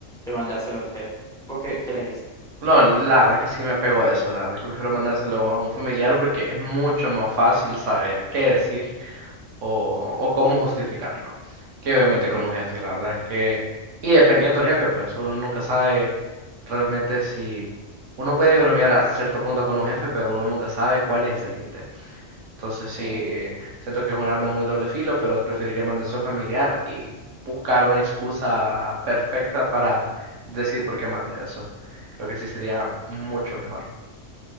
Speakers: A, in the centre; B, on the right.
A: mandárselo a tu jefe. ¿Vos qué, qué elegís?
B: No, la verdad es que sí me apego a eso. La verdad es que prefiero mandárselo a un familiar porque es mucho más fácil saber qué decir o, o cómo justificarlo. Que obviamente con un jefe, la verdad es que... Y dependiendo del jefe, pues uno nunca sabe realmente si... Uno puede bromear hasta cierto punto con un jefe, pero uno nunca sabe cuál es ese límite. Entonces
A: Sí,
B: sí, siento que es un arma muy doble filo, pero preferiría mandarse a un familiar y buscar una excusa perfecta para decir por qué mande eso. Creo que sí sería mucho mejor.